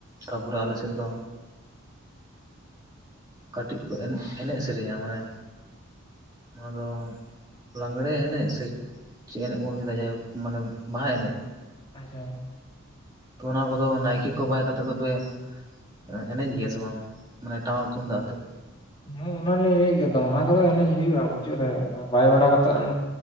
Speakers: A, on the right; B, on the left.
A: ᱛᱟᱯᱚᱨᱮ ᱟᱞᱮᱥᱮᱫ ᱫᱚ ᱠᱟᱹᱴᱤᱡ ᱠᱚ ᱮᱱᱮᱡ ᱥᱮᱨᱮᱧᱟ ᱢᱟᱱᱮ ᱟᱫᱚ ᱞᱟᱜᱽᱲᱮ ᱮᱱᱮᱡ ᱥᱮᱨᱮᱧ ᱪᱮᱫ ᱮᱱᱮᱡ ᱵᱚᱱ ᱞᱟᱹᱭᱮᱫᱟ ᱡᱟᱦᱳᱠ ᱢᱟᱱᱮ ᱵᱟᱦᱟ ᱮᱱᱮᱡ᱾
B: <inaudible>
A: ᱛᱚ ᱚᱱᱟ ᱠᱚᱫᱚ ᱱᱟᱭᱠᱮ ᱠᱚ ᱵᱟᱭ ᱠᱟᱛᱮᱜ ᱫᱚᱯᱮ ᱮᱜ ᱮᱱᱮᱡ ᱜᱮᱭᱟ ᱥᱮ ᱵᱟᱝ ᱢᱟᱱᱮ ᱴᱟᱢᱟᱠ ᱛᱩᱢᱫᱟᱜ ᱟᱛᱮᱜ?
B: ᱦᱮᱸ ᱚᱱᱟᱞᱮ ᱮᱱᱮᱡᱟ ᱜᱮᱫᱚ ᱚᱱᱟ ᱚᱱᱟ ᱠᱚᱫᱚ ᱮᱱᱮᱡ ᱦᱩᱭᱩᱜᱼᱟ ᱢᱩᱪᱟᱹᱫ ᱨᱮ ᱵᱟᱭ ᱵᱟᱲᱟ ᱠᱟᱛᱮᱫ᱾